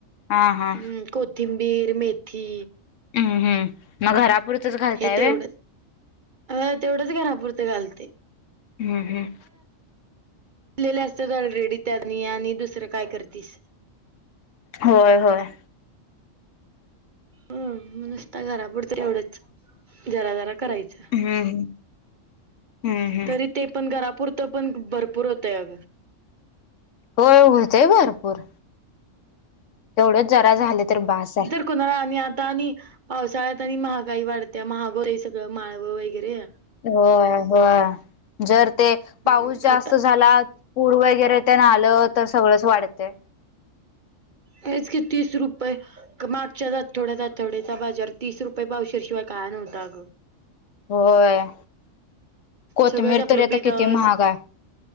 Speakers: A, on the left; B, on the right.
A: हा हा
B: हम् कोथिंबीर, मेथी
A: हम्म हम्, मग घरापुरतच घालताय
B: हे तेवढंच
A: वे?
B: अ तेवढंच घरापुरंत घालते.
A: हम्म हम्म...
B: दिलेले असतात ऑलरेडी त्यांनी आणि दुसरं काय करतेस.
A: होय होय...
B: हो नुसता घरापुरत एवढंच, जरा जरा करायचं.
A: हम्म, हम् हम्म हम्म
B: तरी ते पण घरापुरतं पण भरपूर होतंय अगं.
A: होय. होतेय भरपूर. तेवढच जरा झालं तर बास आहे.
B: कुनाल आणि आता आणि पावसाळ्यात आणि महागाई वाढत्या महागो आहे सगळं माळवं वगैरे.
A: हो हो. जर ते
B: हम्म
A: पाऊस जास्त
B: आता
A: झाला पूर वगैरे ते ना आलं तर सगळंच वाढते.
B: हेच की तीस रुपये. मागच्याच आठवड्यात आठवड्याचा बाजार तीस रुपये पावशरशिवाय काय नव्हता अ गं.
A: होय. कोथमीर
B: सगळंच आपलं
A: तरी आता
B: बिनस्
A: किती महाग आहे